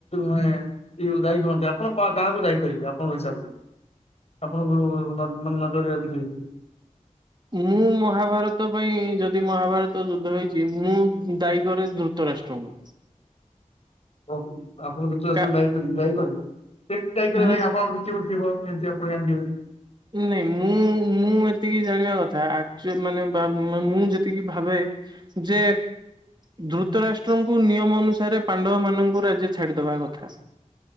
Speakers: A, on the left (about 50°); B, on the right (about 35°).
A: ମାନେ ଦାୟୀ କରୁହନ୍ତି ଆପଣ କାହାକୁ ଦାୟୀ କରିବେ? ଆପଣଙ୍କ ହିସାବରେ ଆପଣଙ୍କୁ ମାନେ ନଜର ଦେଖ
B: ମୁଁ ମହାଭାରତ ପାଇଁ ଯଦି ମହାଭାରତ ଯୁଦ୍ଧ ହେଇଛି ମୁଁ ଦାୟକରରି ବି- ଧୁତରାଷ୍ଟ୍ର କୁ।
A: ହଉ ଆପଣ ଧୁତରାଷ୍ଟ୍ର
B: କା
A: ଦାୟୀ କରି ଦାୟୀ କରି କେମତି ଭାଇ ଦାୟୀ କଲେ
B: ମୁଁ
A: ଆପଣ? <inaudible>
B: ନାଇଁ ମୁଁ-ମୁଁ ଏତିକି ଜାଣିବା କଥା ଆକ୍ଚୋ ମାନେ ମୁଁ ଯେତିକି ଭାବେ ଯେ ଧୃତରାଷ୍ଟ୍ରଙ୍କୁ ନିୟମ ଅନୁସାରେ ପାଣ୍ଡବ ମାନଙ୍କୁ ରାଜ୍ୟ ଛାଡ଼ିଦବା କଥା।